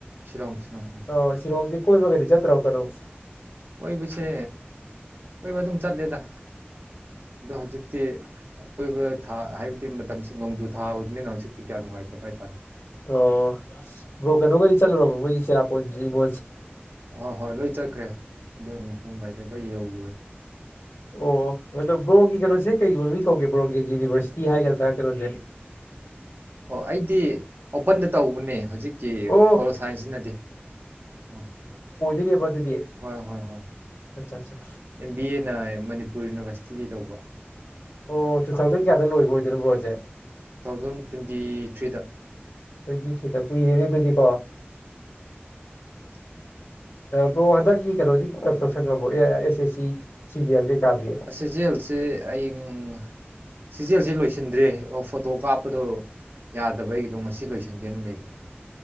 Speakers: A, on the right; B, on the left.
A: ꯁꯤꯂꯣꯡ ꯁꯤꯂꯣꯡ ꯎꯝ
B: ꯑꯣ ꯁꯤꯂꯣꯡꯁꯦ ꯀꯣꯏꯕꯒꯗꯤ ꯆꯠꯇ꯭ꯔꯣ ꯀꯩꯅꯣ
A: ꯀꯣꯏꯕꯁꯦ ꯀꯣꯏꯕ ꯑꯗꯨꯝ ꯆꯠꯂꯦꯗ ꯑꯗꯣ ꯍꯧꯖꯤꯛꯇꯤ ꯑꯀꯣꯏꯕ ꯊꯥ ꯍꯥꯏꯕꯗꯤ ꯃꯇꯝꯁꯦ ꯅꯣꯡꯖꯨ ꯊꯥꯕꯅꯤꯅ ꯍꯧꯖꯤꯛꯇꯤ ꯀꯌꯥ ꯅꯨꯡꯉꯥꯏꯇꯕ ꯍꯥꯏꯇꯥꯔꯦ
B: ꯑꯣ ꯕ꯭ꯔꯣ ꯀꯩꯅꯣꯒꯗꯤ ꯆꯜꯂꯨꯔꯕꯣ ꯃꯣꯏ ꯆꯤꯔꯥꯄꯨꯟꯖꯤ ꯃꯣ
A: ꯍꯣꯏ ꯍꯣꯏ ꯂꯣꯏ ꯆꯠꯈ꯭ꯔꯦ ꯑꯗꯨ ꯃꯐꯝ ꯒꯩꯗ ꯂꯣꯏ ꯌꯧꯔꯨꯔꯦ
B: ꯑꯣ ꯑꯗꯣ ꯕ꯭ꯔꯣꯒꯤ ꯀꯩꯅꯣꯁꯦ ꯀꯩ ꯃꯃꯤꯡ ꯀꯧꯒꯦ ꯕ꯭ꯔꯣꯒꯤ ꯌꯨꯅꯤꯚꯔꯁꯤꯇꯤ ꯍꯥꯏꯒꯗ꯭ꯔꯥ ꯀꯩꯅꯣꯁꯦ
A: ꯑꯣ ꯑꯩꯗꯤ ꯑꯣꯄꯟꯗ ꯇꯧꯕꯅꯦ ꯍꯧꯖꯤꯛ ꯀꯤ
B: ꯑꯣ
A: ꯄꯣꯂꯣ ꯁꯥꯏꯟꯁꯤꯅꯗꯤ ꯎ
B: <unintelligible> ꯗꯨꯗꯤ
A: ꯍꯣꯏ ꯍꯣꯏ ꯍꯣꯏ
B: ꯑꯆꯥ ꯆꯥ
A: ꯑꯦꯝ ꯕꯤ ꯑꯦꯅ ꯃꯅꯤꯄꯨꯔ ꯌꯨꯅꯤꯚꯔꯁꯤꯇꯤꯗꯤ ꯇꯧꯕ
B: ꯑꯣ ꯇꯨ ꯊꯥꯎꯖꯟ ꯀꯌꯥꯗ ꯂꯣꯏꯕ ꯑꯣꯏꯗꯣꯏꯅꯣ ꯕ꯭ꯔꯣꯖꯦ
A: ꯇꯨ ꯊꯥꯎꯖꯟ ꯇ꯭ꯋꯦꯟꯇꯤ ꯊ꯭ꯔꯤꯗ
B: ꯇ꯭ꯋꯦꯟꯇꯤ ꯊ꯭ꯔꯤꯗ ꯀꯨꯏꯔꯦꯅꯦ ꯑꯗꯨꯗꯤ ꯀꯣ
A: <inaudible>
B: ꯕ꯭ꯔꯣ ꯍꯟꯗꯛꯀꯤ ꯀꯩꯅꯣꯗꯤ ꯀ꯭ꯌꯥꯝ ꯇꯧꯁꯟꯈ꯭ꯔꯃꯣ A R S S C G L ꯀꯩꯀꯥꯒꯤ
A: ꯁꯏ ꯖꯦꯜꯁꯤ ꯑꯌꯤꯡ ꯁꯤ ꯖꯦꯜꯁꯦ ꯂꯣꯏꯁꯤꯟꯗ꯭ꯔꯦ ꯑꯣ ꯐꯣꯇꯣ ꯀꯥꯞꯄꯗꯣ ꯌꯥꯗꯕ ꯑꯩꯒꯤꯗꯣ ꯉꯁꯤ ꯂꯣꯏꯁꯟꯒꯦꯅ ꯂꯩꯕ